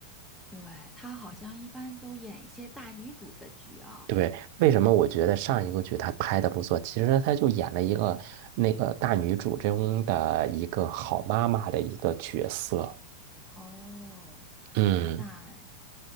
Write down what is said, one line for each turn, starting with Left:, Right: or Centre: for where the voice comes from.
Centre: 对，她好像一般都演一些大女主的剧啊。
Right: 对，为什么我觉得上一个剧他拍的不错？其实他就演了一个那个大女主中的一个好妈妈的一个角色。
Centre: 哦，
Right: 嗯，
Centre: 那